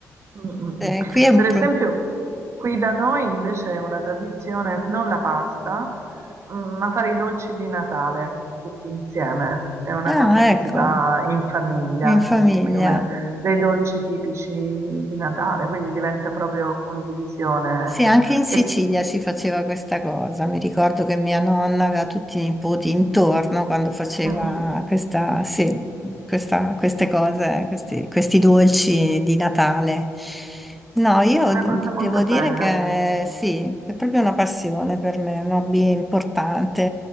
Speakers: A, on the right; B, in the centre.
A: Mm, mm,
B: Eh,
A: mm.
B: qui è un
A: Per esempio,
B: po'.
A: qui da noi invece è una tradizione non la pasta, mm, ma fare i dolci di Natale tutti insieme. È una
B: Ah,
A: cosa che
B: ecco,
A: si fa in famiglia,
B: in famiglia.
A: che più o meno dei dolci tipici di Natale, quindi diventa proprio condivisione.
B: Sì, anche in Sicilia
A: E,
B: si faceva questa cosa. Mi ricordo che mia nonna aveva tutti i nipoti intorno quando faceva
A: mm, mm,
B: questa, sì, questa- queste cose, questi, questi dolci di Natale. No, io
A: Una
B: d-
A: cosa
B: devo
A: molto
B: dire
A: bella.
B: che sì, è proprio una passione per me, un hobby importante.